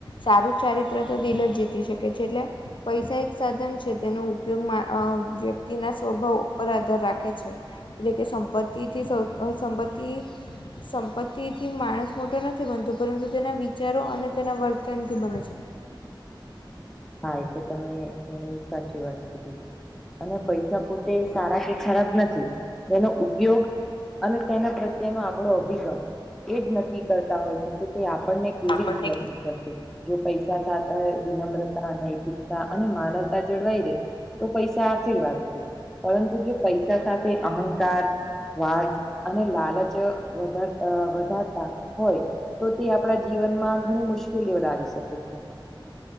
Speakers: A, on the left (about 75°); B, in the centre.
A: સારું ચારિત્ર તો દિલ જ જીતી શકે છે, એટલે પૈસા એક સાધન છે, તેનો ઉપયોગમાં અ વ્યક્તિના સ્વભાવ ઉપર આધાર રાખે છે. એટલે કે સંપત્તિથી સૌ અ સંપત તી સંપત્તિથી માણસ મોટો નથી બનતો પરંતુ તેના વિચારો અને તેના વર્તનથી બને છે.
B: હા એ તો તમે ઘણું સાચી વાત કીધી અને પૈસા પોતે સારા કે ખરાબ નથી એનો ઉપયોગ અને તેના પ્રત્યેનો આપડો અભિગમ એ જ નક્કી કરતા હોય છે કે તે આપણને કેવી
A: આપણને
B: રીતે અસર કરશે જો પૈસા સાથ અ વિનમ્રતા નૈતિકતા અને માનવતા જળવાઈ રે તો પૈસા આશીર્વાદ છે પરંતુ જો પૈસા સાથે અહંકાર સ્વાર્થ અને લાલચ વધારત અ વધારતા હોય તો તે આપડા જીવનમાં ઘણી મુશ્કેલીઓ લાવી શકે છે.